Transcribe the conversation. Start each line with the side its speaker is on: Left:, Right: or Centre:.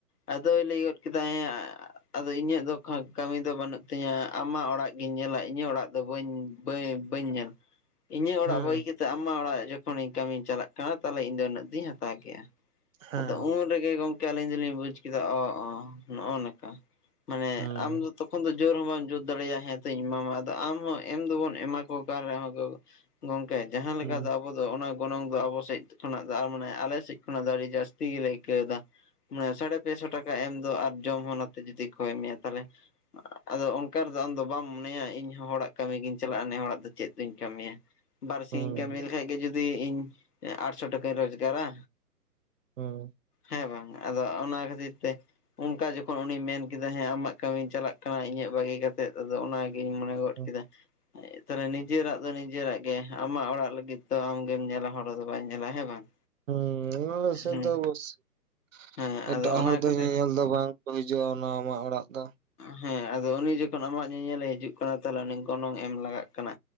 Left: ᱟᱫᱚᱭ ᱞᱟᱹᱭ ᱜᱚᱱ ᱠᱮᱫᱟ ᱦᱮᱭᱟ ᱟᱫᱚ ᱤᱧᱟᱹᱜ ᱫᱚ ᱠᱷᱟᱠ ᱠᱟᱹᱢᱤ ᱫᱚ ᱵᱟᱹᱱᱩᱜ ᱛᱤᱧᱟ, ᱟᱢᱟᱜ ᱚᱲᱟᱜ ᱜᱤᱧ ᱧᱮᱞᱟ ᱤᱧᱟᱹᱜ ᱚᱲᱟᱜ ᱫᱚ ᱵᱟᱹᱧ ᱵᱟᱹ ᱵᱟᱹᱧ ᱧᱮᱞᱟ, ᱤᱧᱟᱹᱜ ᱚᱲᱟᱜ
Right: ᱦᱩᱸ
Left: ᱵᱟᱹᱜᱤ ᱠᱛᱮᱫ ᱟᱢᱟᱜ ᱚᱲᱟᱜ ᱡᱚᱠᱷᱚᱱᱤᱧ ᱠᱟᱹᱢᱤᱧ ᱪᱟᱞᱟᱜ ᱠᱟᱱᱟ ᱛᱟᱦᱚᱞᱮ ᱤᱧ ᱫᱚ ᱩᱱᱟᱹᱜ ᱫᱩᱧ ᱦᱟᱛᱟᱣ ᱠᱮᱭᱟ,
Right: ᱦᱮᱸ
Left: ᱟᱫᱚ ᱩᱱ ᱩᱱ ᱨᱮᱜᱮ ᱜᱚᱝᱠᱮ ᱟᱹᱞᱤᱧ ᱫᱚᱞᱤᱧ ᱵᱩᱡ ᱠᱮᱫᱟ ᱚ ᱚ ᱱᱚᱜ-ᱚ ᱱᱚᱝᱠᱟ ᱢᱟᱱᱮ
Right: ᱦᱩᱸ
Left: ᱟᱢ ᱫᱚ ᱛᱚᱠᱷᱚᱱ ᱫᱚ ᱡᱳᱨ ᱦᱚᱸ ᱵᱟᱢ ᱡᱳᱨ ᱫᱟᱲᱮᱭᱟᱜ-ᱟ ᱦᱮᱸ ᱛᱚᱧ ᱮᱢᱟᱢᱟ ᱟᱫᱚ ᱟᱢ ᱦᱚᱸ ᱮᱢ ᱫᱚᱵᱚᱱ ᱮᱢᱟ ᱠᱚ ᱠᱟᱱ ᱨᱮᱦᱚᱸ᱾ ᱜᱚᱝᱠᱮ, ᱡᱟᱦᱟᱸ
Right: ᱦᱩᱸ
Left: ᱞᱮᱠᱟ ᱫᱚ ᱟᱵᱚ ᱫᱚ ᱚᱱᱟ ᱜᱚᱱᱚᱝ ᱫᱚ ᱟᱵᱚ ᱥᱮᱱ ᱠᱷᱚᱱᱟᱜ ᱫᱚ ᱟᱨ ᱢᱟᱱᱮ ᱟᱞᱮ ᱥᱮᱫ ᱠᱷᱚᱱᱟᱜ ᱫᱚ ᱟᱹᱰᱤ ᱡᱟᱹᱥᱛᱤ ᱜᱮᱞᱮ ᱟᱹᱭᱠᱟᱹᱣ ᱮᱫᱟ ᱢᱟᱱᱮ ᱥᱟᱲᱮ ᱯᱮᱥᱚ ᱴᱟᱠᱟ ᱮᱢ ᱫᱚ ᱟᱨ ᱡᱚᱢ ᱦᱚᱸ ᱱᱟᱛᱮ ᱡᱩᱫᱤ ᱠᱷᱚᱭ ᱢᱮᱭᱟ, ᱛᱟᱦᱚᱞᱮ ᱟᱫᱚ ᱚᱱᱠᱟ ᱨᱮᱫᱚ ᱟᱢ ᱫᱚ ᱵᱟᱢ ᱢᱚᱱᱮᱭᱟ ᱤᱧᱦᱚᱸ ᱦᱚᱲᱟᱜ ᱠᱟᱹᱢᱤ ᱜᱤᱧ ᱪᱟᱞᱟᱜ-ᱟ, ᱱᱮ ᱦᱚᱲᱟᱜ ᱫᱚ ᱪᱮᱫ ᱫᱩᱧ ᱠᱟᱹᱢᱤᱭᱟ᱾ ᱵᱟᱨ
Right: ᱦᱩᱸ
Left: ᱥᱤᱧᱤᱧ ᱠᱟᱹᱢᱤ ᱞᱮᱠᱷᱟᱡ ᱜᱮ ᱡᱩᱫᱤ ᱤᱧ ᱟᱴᱥᱚ ᱴᱟᱠᱟᱧ ᱨᱳᱡᱽᱜᱟᱨᱟ᱾
Right: ᱦᱩᱸ᱾
Left: ᱦᱮᱸ ᱵᱟᱝ ᱟᱫᱚ ᱚᱱᱟ ᱠᱷᱟᱹᱛᱤᱨ ᱛᱮ᱾ ᱚᱱᱠᱟ ᱡᱚᱠᱷᱚᱱ ᱩᱱᱤ ᱢᱮᱱ ᱠᱮᱫᱟ ᱦᱮᱸ ᱟᱢᱟᱜ ᱠᱟᱹᱢᱤᱧ ᱪᱟᱞᱟᱜ ᱠᱟᱱᱟ ᱤᱧᱟᱹᱜ ᱵᱟᱹᱜᱤ ᱠᱟᱛᱮᱫ, ᱟᱫᱚ ᱚᱱᱟ ᱜᱤᱧ ᱢᱚᱱᱮ ᱜᱚᱱ
Right: ᱦᱩᱸ
Left: ᱠᱮᱫᱟ᱾ ᱛᱟᱦᱚᱞᱮ ᱱᱤᱡᱮᱨᱟᱜ ᱫᱚ ᱱᱤᱡᱮᱨᱟᱜ ᱜᱮ ᱟᱢᱟᱜ ᱚᱲᱟᱜ ᱞᱟᱹᱜᱤᱫ ᱛᱚ ᱟᱢᱜᱮᱢ ᱧᱮᱞᱟ ᱦᱚᱲ ᱦᱚᱲ ᱫᱚ ᱵᱟᱭ ᱧᱮᱞᱟ ᱦᱮᱸ ᱵᱟᱝ
Right: ᱦᱩᱸ ᱚᱵᱚᱥᱚᱭ
Left: ᱦᱮᱸ
Right: ᱫᱚ ᱚᱵᱚᱥᱚᱭ
Left: ᱦᱮᱸ
Right: ᱮᱴᱟᱜ
Left: ᱟᱫᱚ ᱚᱱᱟ
Right: ᱦᱚᱲ
Left: ᱠᱷᱟᱹᱛᱤᱨ
Right: ᱫᱚ ᱧᱮ ᱧᱮᱞ ᱫᱚ ᱵᱟᱝ ᱠᱚ ᱦᱤᱡᱩᱜᱼᱟ ᱚᱱᱟ ᱟᱢᱟᱜ ᱚᱲᱟᱜ ᱫᱚ
Left: ᱦᱮᱸ ᱟᱫᱚ ᱩᱱᱤ ᱡᱚᱠᱷᱚᱱ ᱟᱢᱟᱜ ᱧᱮᱧᱮᱞᱮ ᱦᱤᱡᱩᱜ ᱠᱟᱱᱟ ᱛᱟᱦᱞᱮ ᱩᱱᱤ ᱜᱚᱱᱚᱝ ᱮᱢ ᱞᱟᱜᱟᱜ ᱠᱟᱱᱟ